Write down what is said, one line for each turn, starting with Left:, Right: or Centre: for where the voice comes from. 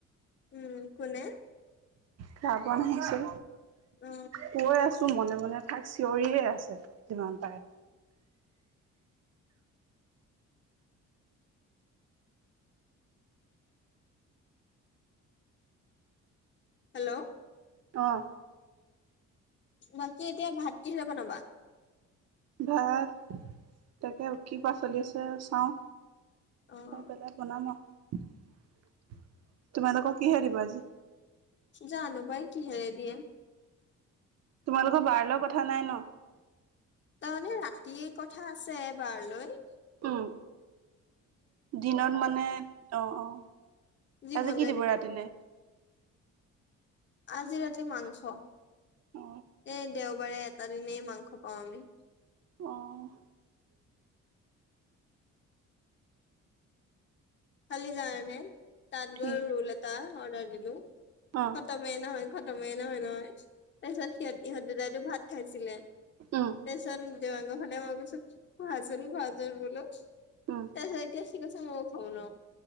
Left: উম, কোনে?
Right: খাবন আহিচে
Left: অ
Right: কৈ আছোঁ মনে - মনে থাক চিঞৰিয়ে আছে যিমান পাৰে।
Left: হেল্ল',
Right: অ',
Left: বাকী এতিয়া ভাত কিহেৰে বনাবা?
Right: ভাত তাকে কি পাচলি আছ ছে চাওঁ
Left: অ'
Right: চাই পেলাই বনাম আৰু। তোমালোকৰ কিহে দিব আজি?
Left: জানো বাই কি হেৰে দিয়ে।
Right: তোমালোকৰ বাৰ লৈ কথা নাই ন?
Left: তাৰমানে ৰাতিয়ে কথা আছে বাৰলৈ।
Right: উম, দিনত মানে অ', অ',
Left: যি
Right: আজি
Left: মন
Right: কি
Left: যায়
Right: দিব
Left: তাকে
Right: ৰাতিলে?
Left: বনাম। আজি ৰাতি মাংস এ
Right: অ
Left: দেও দেওবাৰে এটা দিনেই মাংস পাওঁ আমি।
Right: অ',
Left: কালি জানানে তাত
Right: কি
Left: গৈ ৰোল এটা অৰ্ডাৰ দিলো
Right: অ
Left: খতমে নহয় খতমেই নহয়-নহয় তাৰপিছত সিহত ইহঁত দুতাইটো ভাত খাইছিলে,
Right: উম
Left: তাৰপিছত
Right: উম
Left: <unintelligible> সি কৈছে মইও খাঁব নুৱাও,